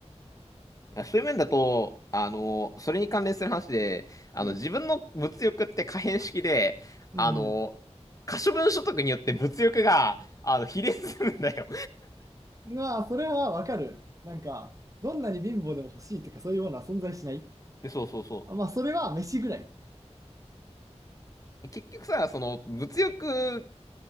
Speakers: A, on the left; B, on the right.
A: あそういう面だと、あの、それに関連する話で、あの、
B: うん。
A: 自分の物欲って可変式で、
B: うん
A: あの、可処分所得によって物欲が、あの、比例するんだよ。
B: うん。まあ、それはわかる。なんか、どんなに貧乏でも欲しいとか、そういうものは存在しない。
A: でそうそうそ
B: あ、まあ、それは飯ぐらい。
A: う。結局さ、その、物欲